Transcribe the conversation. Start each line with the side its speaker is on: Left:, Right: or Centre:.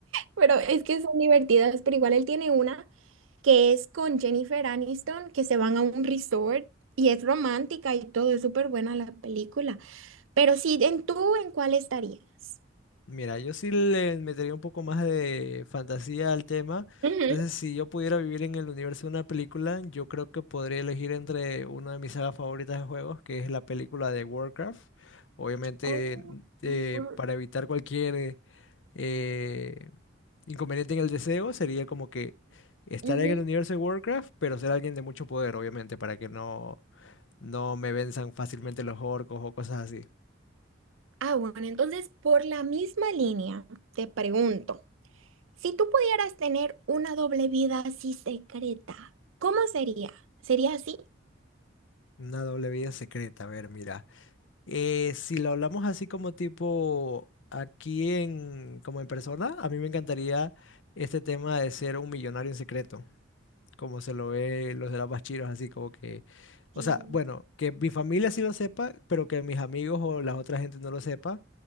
Right: pero es que son divertidas, pero igual él tiene una que es con Jennifer Aniston, que se van a un resort y es romántica y todo, es súper buena la película. Pero sí, en tú, ¿en cuál estarías?
Left: Mira, yo sí le metería un poco más de fantasía al tema.
Right: Ujú.
Left: Entonces, si yo pudiera vivir en el universo de una película, yo creo que podría elegir entre una de mis sagas favoritas de juegos, que es la película de Warcraft. Obviamente,
Right: Oh,
Left: n- eh,
Right: por-
Left: para evitar cualquier eh, inconveniente en el deseo, sería como que estar
Right: ujú.
Left: en el universo de Warcraft, pero ser alguien de mucho poder, obviamente, para que no, no me venzan fácilmente los orcos o cosas así.
Right: Ah, bueno, entonces por la misma línea te pregunto, si tú pudieras tener una doble vida así secreta, ¿cómo sería? ¿Sería así?
Left: Una doble vida secreta, a ver, mira. Eh, si lo hablamos así como tipo aquí en, como en persona, a mí me encantaría este tema de ser un millonario en secreto, como se lo ve los de las Bachiros, así como que, o
Right: Y
Left: sea, bueno, que mi familia sí lo sepa, pero que mis amigos o la otra gente no lo sepa,